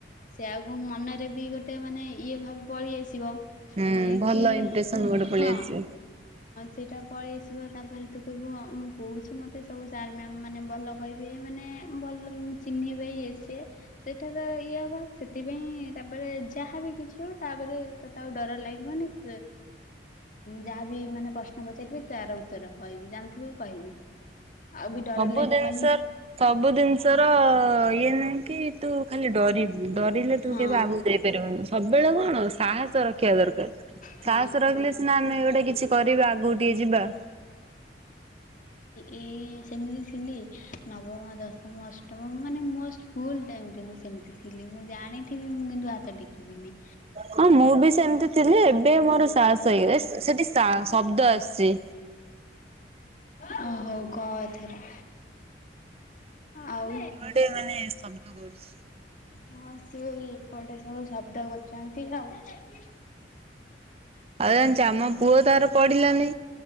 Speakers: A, on the left; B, on the right.
A: ସେ ଆଉ କୋଉ ମନରେ ବି ଗୋଟେ ମାନେ ଇଏ ଭାବ ପଳି ଆସିବ।
B: ହୁଁ
A: ଏ
B: ଭଲ
A: କି
B: ଇମ୍ପ୍ରେସନ ଗୋଟେ
A: ହଁ
B: ପଳେଇ ଆସିବ।
A: ସେଇଟା। ପଳେଇ ଆସିବ ତାପ ରେ ତୁ କହିବୁ ମୁଁ କହୁଛି ମୋତେ ସବୁ ସାର୍ ମ୍ୟାମ ମାନେ ଭଲ କହିବେ ମାନେ ଭଲ ଚିହ୍ନିବେ ଇଏ ସିଏ ସେଇଟା ତ ଇଏ ହବ ସେଥିପାଇଁ ତାପରେ ଯାହାବି କିଛି ହଉ ତାପରେ ତୋତେ ଆଉ ଡର ଲାଗିବନି ତ ଯାହାବି ମାନେ ପ୍ରଶ୍ନ ପଚାରିବେ ତାର ଉତ୍ତର କହିବୁ। ଜାଣିଥିବୁ କହିବୁ। ଆଉ ବି ଡର
B: ସବୁ
A: ଲାଗିବନି
B: ଜିନିଷ ସବୁ ଜିନିଷ ର ଇଏ ନାଇଁ କି ତୁ ଖାଲି ଡରି ଡରିଲେ ତୁ
A: ହଁ
B: କେବେ ଆଗକୁ ଯାଇପାରିବୁନି ସବୁବେଳେ କଣ ସାହସ ରଖିବା ଦରକାର
A: ହଁ।
B: ସାହସ ରଖିଲେ ସିନା ଆମେ ଗୋଟେ କିଛି କରିବା ଆଗକୁ ଟିକେ ଯିବା।
A: ଏ ସେମିତି ଥିଲି ନବମ ଦଶମ ଅଷ୍ଟମ ମାନେ ମୋ ସ୍କୁଲ ଟାଇମରେ ମୁଁ ସେମିତି ଥିଲି ମୁଁ ଜାଣିଥିବି ମୁଁ କିନ୍ତୁ ହା ତ ଟେକିବିିନି।
B: ହଁ ମୁଁ ବି ସେମିତି ଥିଲି ଏବେ ମୋର ସାହସ ହେଇଗ ସେଠି ସ ଶବ୍ଦ ଆସିଚି।
A: ହଉ କ ଏଥର। ଆଉ
B: ଏ ଗୋଟେ ମାନେ ସ ଙ୍କ କରୁଛି।
A: ହଁ ସିଏ ଏଇପଟେ ସବୁ ଶବ୍ଦ କରୁଚନ୍ତି ଆଉ।
B: ଆଉ ଜାଣିଚ ଆମ ପୁଅ ତାର ପଢିଲାନି।